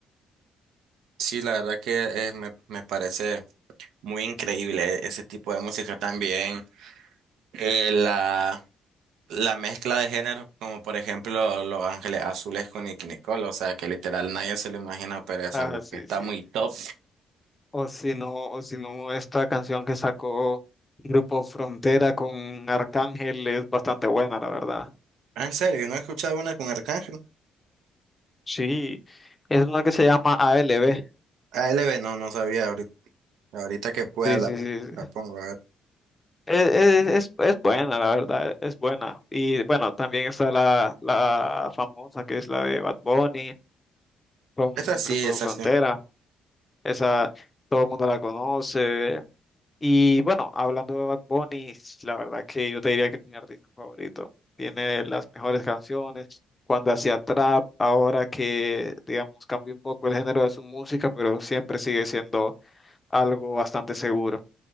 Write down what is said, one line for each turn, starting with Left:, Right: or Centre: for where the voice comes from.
Right: Sí, la verdad que eh, me, me parece muy increíble ese tipo de música también. Eh, la la mezcla de géneros, como por ejemplo Los Ángeles Azules con Nicki Nicole, o sea que literal nadie se lo imagina, pero es
Left: Ah,
Right: algo
Left: sí,
Right: que está
Left: sí.
Right: muy top.
Left: O si no, o si no, esta canción que sacó Grupo Frontera con Arcángel es bastante buena, la verdad.
Right: Ah, En serio, no he escuchado una con Arcángel.
Left: Sí, es una que se llama A L B
Right: a ALB no, no sabía ahorita. Ahorita que pueda
Left: Sí,
Right: la,
Left: sí, sí.
Right: la pongo a ver.
Left: Es, es, es- es buena, la verdad, es buena. Y bueno, también está la, la famosa que es la de Bad Bunny con
Right: Esa sí,
Left: Grupo
Right: esa
Left: Frontera.
Right: sí.
Left: Esa todo el mundo la conoce. Y bueno, hablando de Bad Bunny, la verdad que yo te diría que es mi artista favorito. Tiene las mejores canciones. Cuando hacía trap, ahora que, digamos, cambió un poco el género de su música, pero siempre sigue siendo algo bastante seguro.